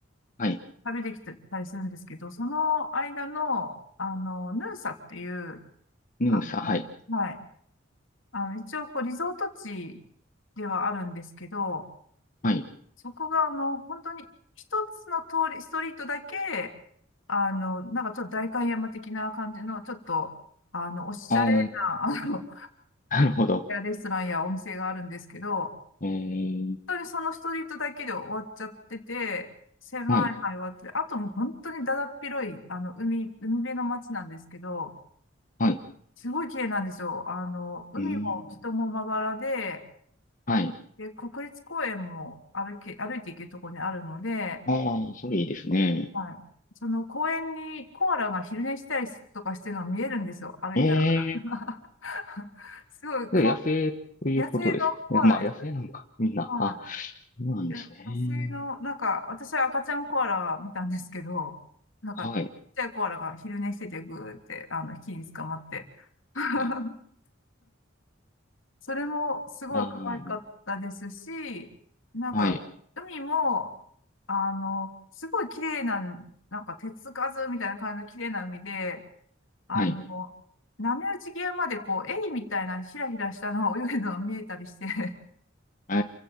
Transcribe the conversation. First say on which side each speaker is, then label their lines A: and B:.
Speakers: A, on the left; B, on the left.
A: はい、
B: 旅できてたりするんですけど、その間の、あの、ヌーサっていう、
A: ヌーサ、
B: あ
A: はい、
B: の、はい。あの、一応、こう、リゾート地ではあるんですけど、
A: はい、
B: そこがもう本当に一つの通り、ストリートだけ、あの、なんかちょっと代官山的な感じの、ちょっと、あの、おしゃれな、
A: ああ、
B: <laughs> あの、
A: なるほど。
B: レストランやお店があるんですけど、
A: ええ、
B: 本当にそのストリートだけで終わっちゃってて、狭い範囲はあって、
A: はい、
B: あともう本当にだだっ広い、あの、海、海辺の街なんですけど、
A: はい、
B: すごい綺麗なんですよ。あの、海も人もまばらで、
A: うん、はい、
B: で、国立公園も歩き、歩いて行けるところにあるので、
A: ああ、それいいですね。
B: はい。その公園にコアラが昼寝したりとかしてるのが見えるんですよ、歩いたら。
A: ええ
B: <laughs> すごいかわ、
A: で、野生ということですかいやまあ、
B: 野生のコアラです。
A: 野生なのか、みんな。
B: は
A: あ、そうなんですね。
B: い。いや野生の、なんか、私は赤ちゃんコアラ見たんですけど、なんか、
A: はい。
B: ちっちゃいコアラが昼寝しててぐーって、あの、木に捕まって。<laughs>
A: えー
B: それもすごい可愛かったですし、
A: あー、
B: なんか、
A: はい。
B: 海も、あの、すごい綺麗な、なんか手つかずみたいな感じの綺麗な海で、あの、
A: はい。
B: 波打ち際までこう、エイみたいなひらひらしたのが泳いでるのが見えたりして、
A: え